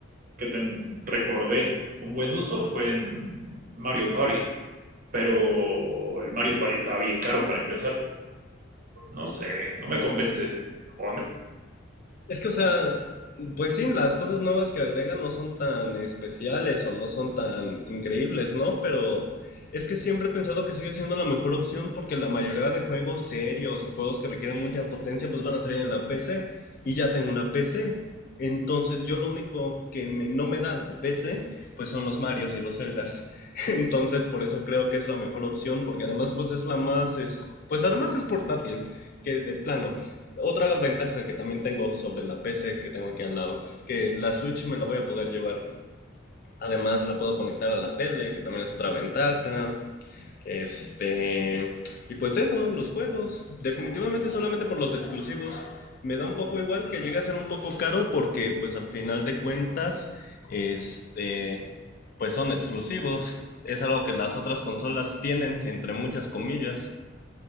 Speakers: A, on the right (about 40°); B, on the left (about 45°).
A: que te recordé un buen uso fue en Mario Party, pero el Mario Party estaba bien caro para empezar. No sé, no me convence. O no,
B: Es que, o sea, pues sí, las cosas nuevas que agregan no son tan especiales o no son tan increíbles, ¿no? Pero es que siempre he pensado que sigue siendo la mejor opción porque la mayoría de juegos serios o juegos que requieren mucha potencia pues van a salir en la PC y ya tengo una PC. Entonces yo lo único que me- no me da la PC pues son los Marios y los Zeldas. <laughs> Entonces por eso creo que es la mejor opción porque además pues es la más, es- pues además es portátil que de plano. Otra ventaja que también tengo sobre la PC que tengo aquí al lado, que la Switch me la voy a poder llevar. Además la puedo conectar a la tele, que también es otra ventaja. Este... Y pues eso, los juegos. Definitivamente solamente por los exclusivos. Me da un poco igual que llegue a ser un poco caro porque pues al final de cuentas, este... Pues son exclusivos. Es algo que las otras consolas tienen, entre muchas comillas.